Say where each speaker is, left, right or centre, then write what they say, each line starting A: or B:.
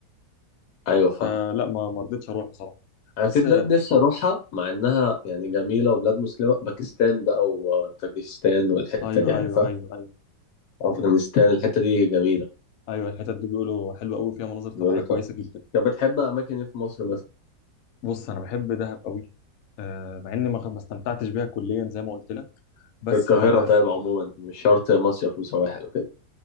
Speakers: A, on the left (about 70°); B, on the left (about 80°).
A: ايوه فاهم
B: فلا ما ما رضيتش اروح بصراحه
A: انا
B: بس
A: في بلاد
B: آه،
A: نفسي اروحها مع انها يعني جميله وبلاد مسلمه باكستان بقى وطاجيكستان والحته
B: ايوه
A: دي عارفها
B: ايوه ايوه ايوه
A: افغانستان الحته دي جميله
B: ايوه الحتت دي بيقولوا حلوه قوي فيها مناظر طبيعيه
A: بيقولوا تحفة.
B: كويسه جدا
A: طب بتحب اماكن ايه في مصر مثلا
B: بص انا بحب دهب قوي آه، مع اني ما ما استمتعتش بيها كليا زي ما قلت لك بس
A: القاهره
B: آه،
A: طيب عموما مش شرط مصيف وسواحل وكده